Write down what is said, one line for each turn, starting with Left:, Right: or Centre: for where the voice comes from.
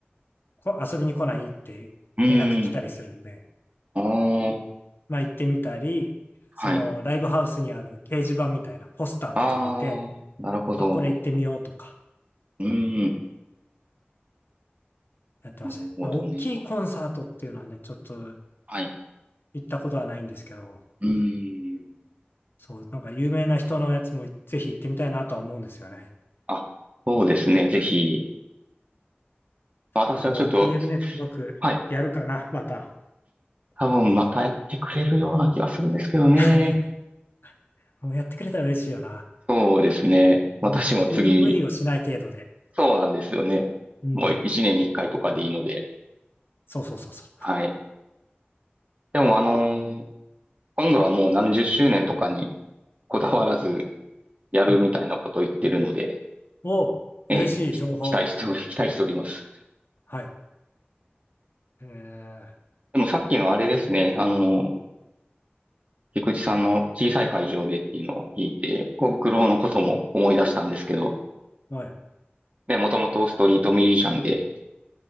Left: こ遊びに来ないって連絡来たりするんで、
Right: うん、ああ、
Left: まあ行ってみたり、そのライブハウスにある掲示板みたいなポスターとか見て、
Right: はい。ああ、なるほど。
Left: あ、これ行ってみようとか
Right: うん、
Left: やってましたね。
Right: なるほどね。
Left: まあ大きいコンサートっていうのはね、ちょっと
Right: はい。
Left: 行ったことはないんですけど、
Right: うん、
Left: そう、なんか有名な人のやつもぜひ行ってみたいなとは思うんですよね。
Right: あ、そうですね。ぜひ、私はちょっと、
Left: まあもう TM ネットワークやるかな、
Right: はい
Left: また。
Right: 多分またやってくれるような気がするんですけどね。
Left: <laughs> もうやってくれたら嬉しいよな。
Right: そうですね。私も次、
Left: うん、無理、無理をしない程度で。
Right: そうなんですよね。
Left: うん。
Right: もう一年に一回とかでいいので。
Left: そうそうそうそ
Right: はい。でもあのー今度はもう何十周年とかにこだわらずやるみたいなことを言ってるので、
Left: う。<laughs> うん。お、
Right: ええ、
Left: 嬉しい情報。
Right: き期待しており、<laughs> 期待しております。
Left: はい。え
Right: でもさっきのあれですね、あのー菊池さんの小さい会場でっていうのを聞いて、小袋のことも思い出したんですけど、
Left: ー、はい。
Right: ね、もともとストリートミュージシャンで、